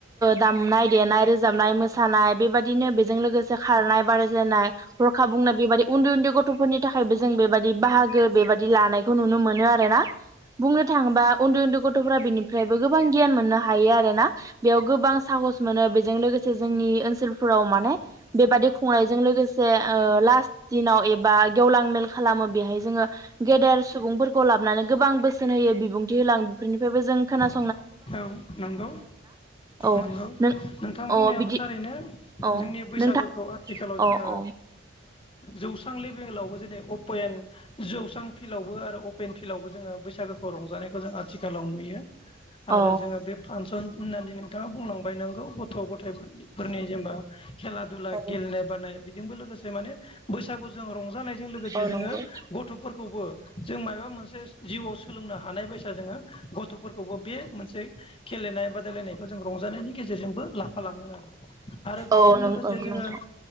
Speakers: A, on the right (about 15°); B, on the left (about 30°).
A: दामनाय देनाय रोजाबनाय मोसानाय बेबायदिनो बेजों लोगोसे खारनाय बादायलायनाय हरखा बुंनाय बेबादि उन्दै उन्दै गथ'फोरनि थाखायबो जों बेबादि बाहागो बेबादि लानायखौ नुनो मोनो आरो ना बुंनो थाङोबा उन्दै उन्दै गथ'फोरा बेनिफ्रायबो गोबां गियान मोननो हायो आरो ना बेयाव गोबां साहस मोनो बेजों लोगोसे जोंनि ओनसोलफोराव माने बेबादि खुंनायजों लोगोसे लास दिनाव एबा गेवलां मेल खालामो बेहाय जोङो गेदेर सुबुंफोरखौ लाबोनानै गोबां बोसोन होयो बिबुंथि होलांओ बेफोरनिफ्रायबो जों खोनासं
B: औ नंगौ
A: औ
B: नंगौ
A: नों
B: नोंथां
A: अ
B: बुंनायाबो
A: बिदि
B: थारैनो
A: अ
B: जोंनि बैसागोखौ
A: नोंथां
B: आथिखालाव जोङो
A: अ अ
B: जौस्रां लेभेलावबो अपेन जौस्रां फिल्डआवबो आरो अपेन फिल्डआवबो जोङो बैसागो रंजानायखौ जों आथिखालाव नुयो
A: औ
B: आरो जोङो बे फांसन होननानै नोंथाङा बुंलांबाय नांगौ गथ' गथायफोरनि फोरनि जेनेबा खेला दुला
A: औ
B: गेलेनाय बादायनाय बेजोंबो लोगोसे माने बैसागुजों रंजा रंजानायजों लोगोसे
A: औ
B: जोङो
A: नंगौ
B: गथ'फोरखौबो जों माबा मोनसे जिउआव सोलोंनो हानाय बायसा जोङो गथ'फोरखौबो बे मोनसे गेलेनाय बादायलायनायखौ जों रंजानायनि गेजेरजोंबो लाफालाङो आरो आरो बेजों
A: औ नंगौ
B: लोगोसे जोङो
A: नोंथां